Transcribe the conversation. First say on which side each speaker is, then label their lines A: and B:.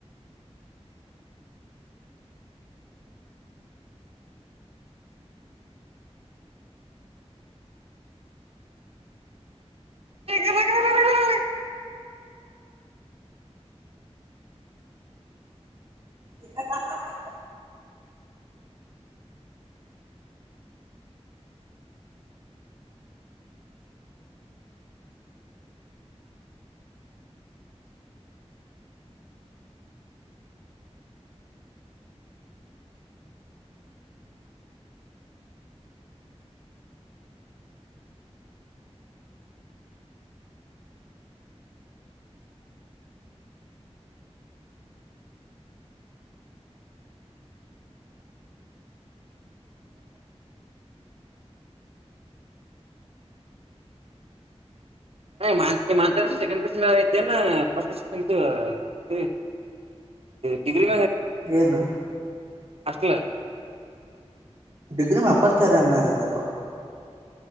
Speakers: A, on the right (about 60°); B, on the right (about 45°).
A: <inaudible>
B: ಇ. <inaudible>
A: <inaudible> ಡಗ್ರಿ.
B: ಏನು
A: <inaudible>
B: ಡಿಗ್ರಿ ಪಚ ರಂಗ ಮನೆಂಗತ್ತು